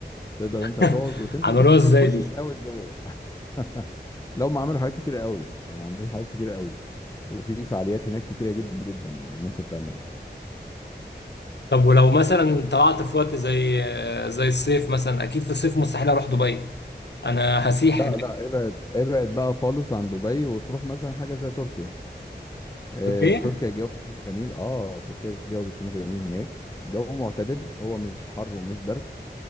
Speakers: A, on the left; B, on the left.
A: تقدر
B: <laughs>
A: انت تقعد وتنزل
B: عملوها
A: بس
B: ازاي
A: ما تخشش
B: دي
A: قوي لجوه <laughs> لو ما عملوا حاجات كتيره قوي يعني عاملين حاجات كتيره قوي وفي فعاليات هناك كتيره جدا جدا يعني ممكن تعملها
B: طب ولو مثلا طلعت في وقت زي زي الصيف مثلا اكيد في الصيف مستحيل اروح دبي انا هسيح
A: لا
B: هناك
A: لا ابعد ابعد بقى خالص عن دبي وتروح مثلا حاجه زي تركيا آه،
B: تركيا
A: تركيا الجو بيكون جميل اه تركيا الجو بيكون جميل هناك جو معتدل هو مش حر ومش برد